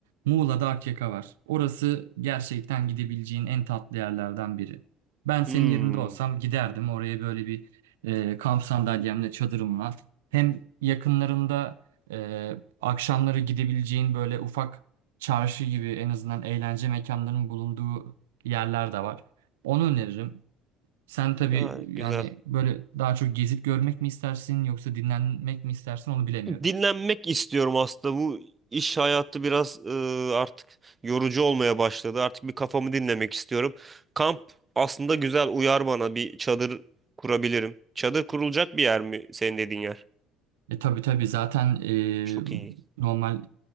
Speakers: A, on the right; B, on the right.
A: Muğla'da Akyaka var. Orası gerçekten gidebileceğin en tatlı yerlerden biri. Ben senin
B: Hmm.
A: yerinde olsam giderdim oraya böyle bir e, kamp sandalyemle çadırımla. Hem yakınlarında e, akşamları gidebileceğin böyle ufak çarşı gibi en azından eğlence mekanlarının bulunduğu yerler de var. Onu öneririm. Sen tabii
B: Ha, güzel.
A: yani böyle daha çok gezip görmek mi istersin yoksa dinlenmek mi istersin onu bilemiyorum.
B: Dinlenmek istiyorum aslında. Bu iş hayatı biraz e, artık yorucu olmaya başladı. Artık bir kafamı dinlemek istiyorum. Kamp aslında güzel uyar bana. Bir çadır kurabilirim. Çadır kurulacak bir yer mi senin dediğin yer?
A: E tabii tabii zaten e,
B: Çok iyi.
A: normal